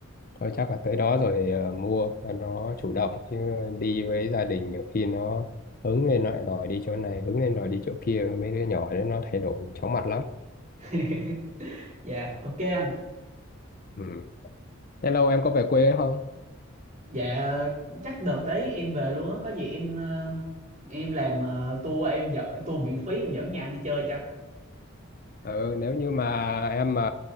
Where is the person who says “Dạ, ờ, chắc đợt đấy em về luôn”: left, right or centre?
Right